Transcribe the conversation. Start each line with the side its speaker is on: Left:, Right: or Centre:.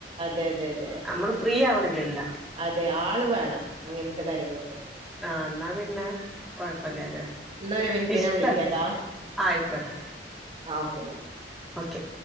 Right: അതെ അതെ അതെ
Centre: നമ്മള് ഫ്രീ ആവണില്ലല്ലോ
Right: അതെ ആള് വേണം അങ്ങനത്തെ കാര്യങ്ങൾക്കൊക്കെെ
Centre: ആ ഇനാ പിന്നെ കൊഴപ്പല്ലാ വിചാരിച്ച്
Right: എന്നാ ഒരു മിനിറ്റ്
Centre: ഇഷ്ടാ
Right: ഞാൻ വിളിക്കാട്ടാ
Centre: ആയിക്കോട്ടെ
Right: ആ ഓക്കെ എന്നാ
Centre: ഓക്കെ